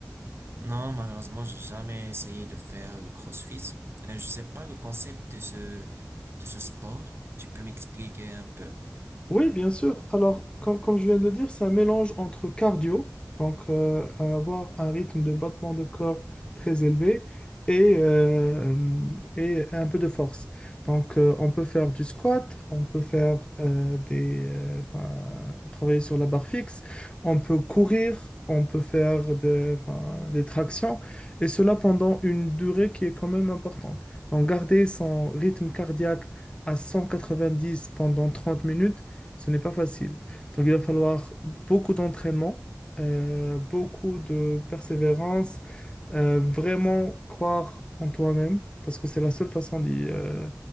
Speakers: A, on the right; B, on the left.
A: Non, malheureusement, j'ai jamais essayé de faire le CrossFit. Euh, Je sais pas le concept de ce, de ce sport. Tu peux m'expliquer un peu?
B: Oui, bien sûr. Alors, comme, comme je viens de le dire, c'est un mélange entre cardio, donc euh, avoir un rythme de battement de corps très élevé, et, euh, et un peu de force. Donc, euh, on peut faire du squat, on peut faire euh, des, euh, enfin, travailler sur la barre fixe, on peut courir, on peut faire de- enfin, des tractions, et cela pendant une durée qui est quand même importante. Donc, garder son rythme cardiaque à 190 pendant 30 minutes, ce n'est pas facile. Donc, il va falloir beaucoup d'entraînement, euh, beaucoup de persévérance, euh, vraiment croire en toi-même, parce que c'est la seule façon d'y euh,